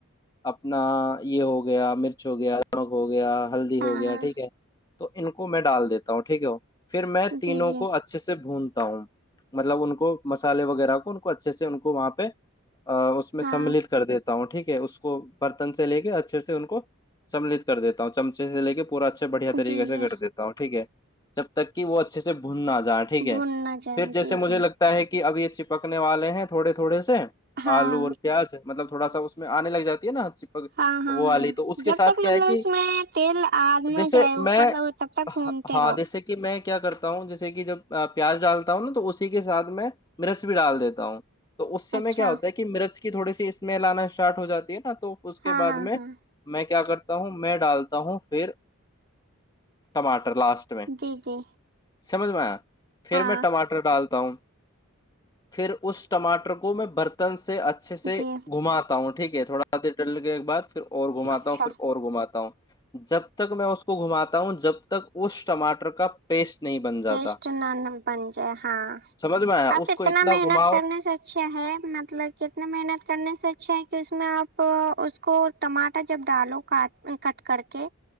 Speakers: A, on the left; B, on the right.
A: اپنا یہ ہو گیا مرچ ہو گیا رنک ہو گیا ہلدی
B: ہاں
A: ہو گیا
B: ہاں
A: ٹھیک ہے تو ان کو میں ڈال دیتا ہوں ٹھیک ہے ہو پھر میں تینوں
B: جی جی
A: کو اچھے سے بھون ہوں مطلب ان کو مسالے وغیرہ کو ان کو اچھے سے ان کو وہاں پہ اس میں سملت
B: ہاں
A: کر دیتا ہوں ٹھیک ہے اس کو برتن سے لے کے اچھے سے ان کو سملت کر دیتا ہوں چمچے سے لے کے پورا اچھا بڑھیا طریقے
B: جی
A: سے
B: جی
A: کر دیتا ہوں ٹھیک ہے چب تک کہ وہ اچھے سے بھون نہ جائے ج ٹھیک ہے
B: بھول نہ جائیں
A: پھر جیسے
B: جی
A: مجھے
B: جی
A: لگتا ہے کہ اب یہ چپکنے والے ہیں تھوڑے تھوڑے سے
B: ہاں
A: آلو اور پیاز ہے مطلب تھوڑا سا اس میں آنے لگ جاتی ہے نا چپک
B: ہاں
A: وہ
B: ہاں
A: والی
B: ہاں
A: تو اس کے
B: جب
A: ساتھ
B: تک
A: کیا
B: مطلب
A: ہے کہ
B: اس میں تیل آد نہ
A: جیسے
B: جائے اوپر
A: میں
B: تو ہو تب تک بھونتے
A: ہاں
B: رہو
A: جیسے کہ میں کیا کرتا ہوں جیسے کہ جب پیاز ڈالتا ہوں نا تو اسی کے سھ میں مرچ بھی ڈال دیتا ہوں تو اس سمے
B: اچھا
A: کیا ہوتا ہے کہ مرچ تھوڑی سی اسمیل آنا اسٹارٹ ہو جاتی ہے نا اس کے
B: ہاں
A: بعد
B: ہاں
A: میں
B: ہاں
A: میں کیا کرتا تا ہوں میں ڈالتا ہوں پھر ٹماٹر لاسٹ میں
B: جی جی
A: سمجھ میں آ پھر
B: ہاں
A: میں ٹماٹر ڈالتا ہوں پھر اس ٹماٹر کو میں برتن سے سے اچھے سے
B: جی
A: گھماتا ہوں ٹھیک ہے تھوڑا دیر ڈل کے بد پھر اور گھماتا
B: اچھا
A: ہوں پھر اور گھماتا ہوں جب تک میں اس کو گھماتا ہوں جب تک اس ٹماٹر کا پیسٹ نہیں بن جاتا
B: سٹ ن پن ج ہے ہاں
A: سمجھ میں آیا
B: آپ
A: اس
B: اتنا
A: کو
B: محنت
A: گھماؤ
B: کرنے سے اچھا ہے مطلب کتنا محنت کرنے سے اچھا ہے اس میں آپ اس کو ٹماٹر جب ڈالو کٹ کر کے